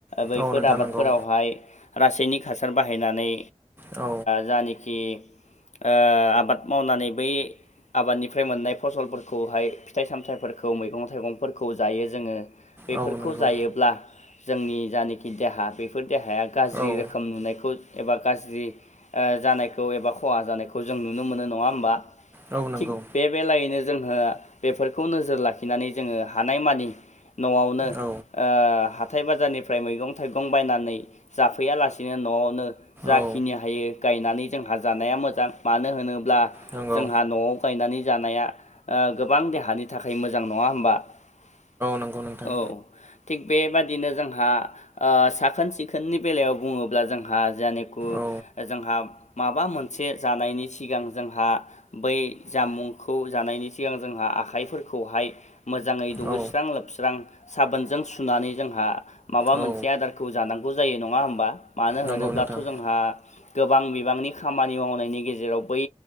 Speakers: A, on the left; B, on the right.
A: बैफोर
B: औ नोंथां
A: आबादफोरावहाय
B: नंगौ
A: रासायनिक हासार बाहायनानै
B: औ
A: जानोखि ओ आबाद मावनानै बै आबादनिफ्राय मोननाय फसलफोरखौहाय फिथाइ सामथाइफोरखौ मैगं थाइगंफोरखौ जायो जोङो बेफोरखौ
B: औ नंगौ
A: जायोब्ला जोंनि जानोखि देहा बेफोर देहाया गाज्रि
B: औ
A: रोखोम नुनायखौ एबा गाज्रि जानायखौ एबा खहा जानायखौ जों नुनो मोनो नङा होमबा
B: औ नंगौ
A: थिग बे बे लागैनो जोंहा बेफोरखौ नोजोर लाखिनानै जोङो हानाय मानि न'आवनो ओ
B: औ
A: हाथाय बाजारनिफ्राय मैगं थाइगं बायनानै जाफैयालासिनो न'आवनो जाखिनि
B: औ
A: हायो गायनानै जोंहा जानाया मोजां मानो होनोब्ला
B: नंगौ
A: जोंहा न'आव लायनानै जानाया गोबां देहानि थाखाय मोजां नङा होमबा औ
B: नंगौ नोंथां
A: थिग बेबादिनो जोंहा साखोन सिखोननि बेलायाव बुङोब्ला जोंहा जा
B: औ
A: <unintelligible> जोंहा माबा मोनसे जानायनि सिगां जोंहा बै जामुंखौ जानायनि सिगां जोंहा आखाइफोरखौहाय मोजाङै दुगैस्रां
B: औ
A: लोबस्रां साबोनजों सुनानै जोंहा माबा
B: औ
A: मोनसे आदार खौ जानांगौ जायो नङा होमबा मानो
B: नंगौ
A: होनोब्लाथ
B: नोंथां
A: जोंहा गोबां बिबांनि खामानि मावनायनि गेजेराव बै